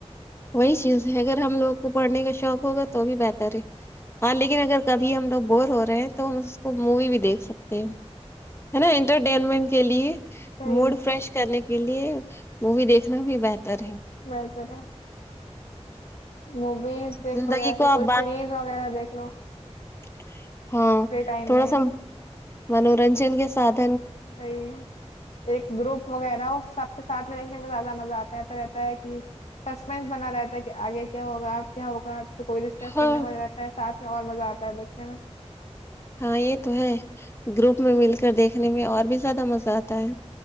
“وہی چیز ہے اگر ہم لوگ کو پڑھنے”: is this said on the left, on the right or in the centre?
Left